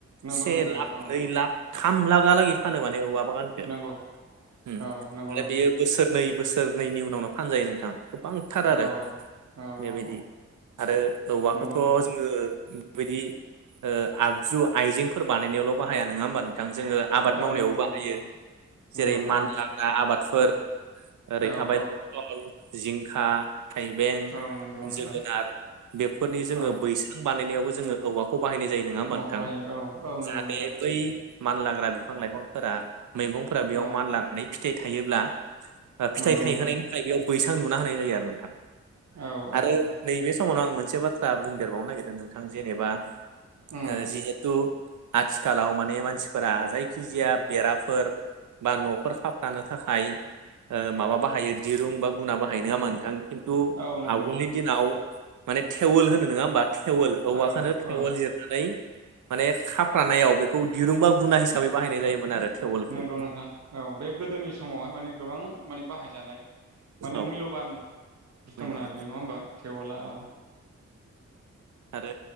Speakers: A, on the right; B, on the right.
A: नंगौ
B: से
A: नोंथां
B: लाख
A: औ
B: नै लाख थाम लागगा लागि फानो माने औवा मा होनखो
A: नंगौ
B: उम
A: औ नंगौ
B: आरो
A: नोंथां
B: बेयो बोसोरनै बोसोरनैनि उनावनो फानजायो नोंथां। गोबांथार आरो
A: औ औ
B: बेबायदि
A: औ औ
B: आरो औवाखौथ'
A: नंगौ नोंथां
B: जोङो उम। बेबायदि ओ आगजु आइजेंफोर बानायनायावल' बाहाया नङा होमबा नों थां जोङो आबाद
A: औ
B: मावनायावबो
A: नंगौ
B: बाहायो
A: नंगौ नंगौ
B: जेरै
A: नोंथां
B: मानलाग्रा आबादफोर। ओरै
A: औ
B: थाबाय
A: औ
B: पटल जिंखा। थाइबें
A: औ नंगौ नोंथां
B: जोगोनार बेफोरनि जोङो
A: औ
B: बैस्रां बानायनायावबो जोङो औवाखौ बाहायनाय जायो नङा
A: औवाखौ
B: होनबा नोंथां
A: बायो औ औ नंगौ
B: जाहाथे
A: नोंथां
B: बै मानलाग्रा बिफां लाइफांफोरा मैगंफोरा बेयाव
A: औ
B: मान लानानै फिथाइ थायोब्ला ओ फिथाइ
A: नंगौ
B: थायहोनायनि
A: नोंथां
B: थाखाय बेयाव बैसां लुना होनाय जायो आरो नोंथां।
A: औ औ
B: आरो
A: औ।
B: नैबे समावनो आं मोनसे बाथ्रा बुंदेरबावनो नागिरदों नोंथां जेनेबा
A: उम
B: ओ जिहेथु आथिखालाव माने मानसिफोरा जायखिजाया बेराफोर बा न'फोर खाबथानो थाखाय ओ माबा बाहायो दिरुं बा गुना बाहायो नङा होनबा नोंथां? किनतु
A: औ नंगौ
B: आवगोलनि
A: नोंथां
B: दिनाव माने थेवल होनो नङा होमबा? थेवल औवाखौनो
A: औ
B: थेवेल
A: औ
B: जिरनानै माने खाफ्रानायाव बे खौ दिरुंबा गुना हिसाबै बाहायनाय जायोमोन आरो। थेवलखौ
A: नंगौ नोंथां औ बे गोदोनि समावहाय माने गोबां माने बाहायजानाय माने
B: औ
A: मुल्यबान बुस्थुमोन
B: धन्यबाद
A: आरो बे नङा होमबा थेवला औ।
B: आरो